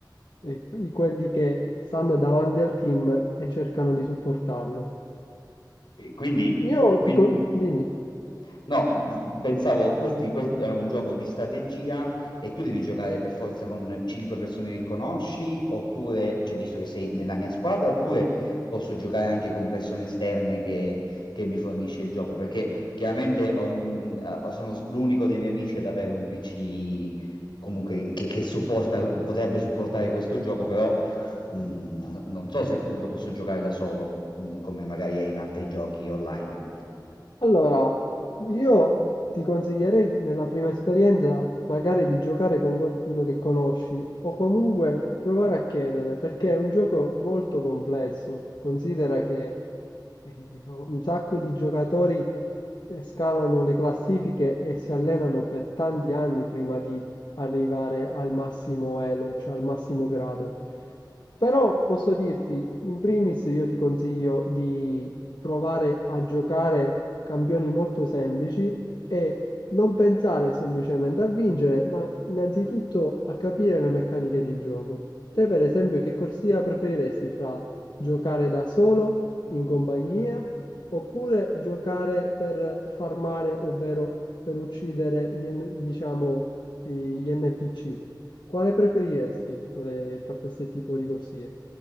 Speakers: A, on the left; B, on the left.
A: eh, i- quelli che stanno davanti al team e cercano di supportarlo.
B: E Quindi,
A: Io
B: quindi-
A: dico, dimmi.
B: No, pensavo, questi, questo è un gioco di strategia e tu devi giocare per forza con cinque persone che conosci, oppure, cioè visto che sei nella mia squadra, oppure posso giocare anche con persone esterne che, che mi fornisce il gioco, perché chiaramente ho- mh, ah, sono l'unico dei miei amici ad avere un PC comunque che, che supporta, potrebbe supportare questo gioco, però Mm, no- non so se appunto posso giocare da solo, mm, come magari è in altri giochi online.
A: Allora, io ti consiglierei nella prima esperienza magari di giocare con qualcuno che conosci o comunque provare a chiedere, perché è un gioco molto complesso. Considera che eh, un sacco di giocatori eh, scalano le classifiche e si allenano per tanti anni prima di arrivare al massimo elo, cioè al massimo grado. Però posso dirti, in primis io ti consiglio provare a giocare campioni molto semplici e non pensare semplicemente a vincere, ma innanzitutto a capire le meccaniche di gioco. Te, per esempio, che corsia preferiresti fra giocare da solo, in compagnia, oppure giocare per farmare, ovvero per uccidere gli, N- diciamo, eh, gli NPC? Quale preferiresti fra, le- fra questi tipi di corsie?